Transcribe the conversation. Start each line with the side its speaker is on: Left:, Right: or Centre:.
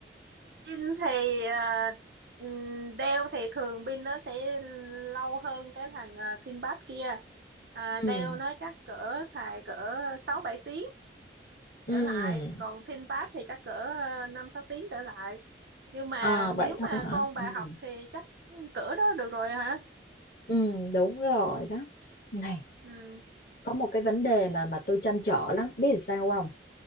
Right: pin thì à, ừm, đeo thì thường pin nó sẽ lâu hơn cái thằng à, ThinkPad kia à,
Left: ừ
Right: đeo nó chắc cỡ xài cỡ sáu bảy tiếng
Left: ừ
Right: trở lại còn Thiên Pass thì chắc cỡ ờ, năm sáu tiếng trở lại nhưng mà
Left: à,
Right: nếu
Left: vậy thôi
Right: mà
Left: hả
Right: con bà
Left: Ừ,
Right: học thì chắc cỡ đó được rồi hả
Left: ừ, đúng rồi đó này
Right: ừ
Left: có một cái vấn đề mà mà tôi trăn trở lắm biết là sao không